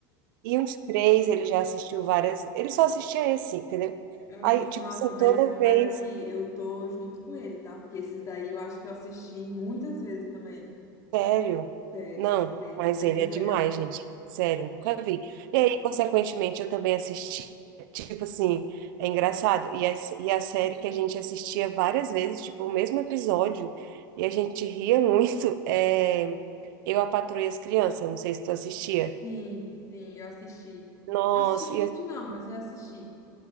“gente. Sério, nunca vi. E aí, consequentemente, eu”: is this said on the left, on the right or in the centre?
Right